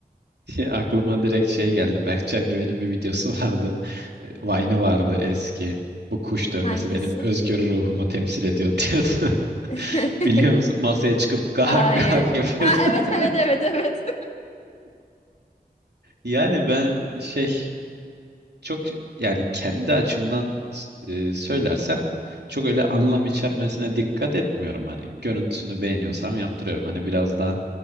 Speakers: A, on the right; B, on the left.
A: <laughs> Aklıma direkt şey geldi. Berkcan Güven'in bir videosu <laughs> vardı. E, Vine'ı vardı eski. Bu kuş dövmesi
B: Hangisi?
A: benim özgür ruhumu temsil ediyor <laughs> diyordu.
B: <laughs>
A: Biliyor musun? Masaya çıkıp gahak
B: Hayır.
A: gahak yapıyordu.
B: Ha evet
A: <laughs>
B: evet evet evet.
A: Yani ben şey çok yani kendi açımdan s- e, söylersem çok öyle anlam içermesine dikkat etmiyorum hani görüntüsünü beğeniyorsam yaptırıyorum hani biraz daha